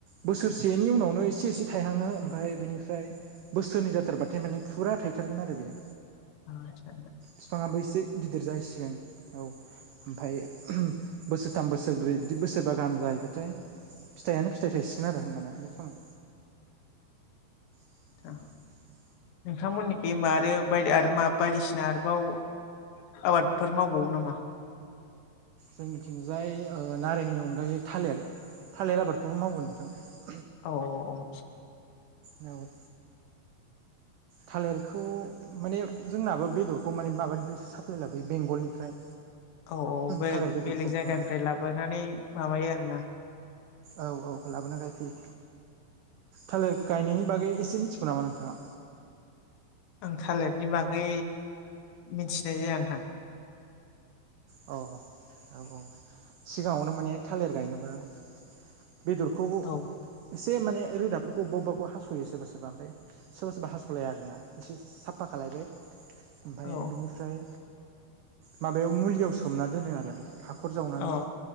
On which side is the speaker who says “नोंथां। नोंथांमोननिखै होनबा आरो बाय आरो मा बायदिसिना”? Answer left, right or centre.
Left